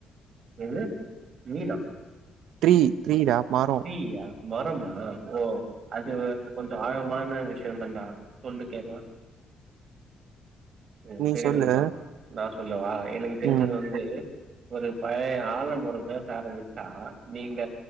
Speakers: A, on the right (about 55°); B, on the right (about 80°).
A: என்ன மீனா
B: த்ரீ த்ரீடா மாறு
A: தீயா மரமா ஓ அது கொஞ்ச ஆழமான விஷய தாண்டா சொல்லு கேக்லா உம்
B: நீ
A: செரி
B: சொல்லு
A: நண்பா நா சொல்ல வா எனக்கு தெரிஞ்சது
B: ம்
A: வந்து ஒரு பழைய ஆல மரோ பேச ஆரம்பிச்சா நீங்க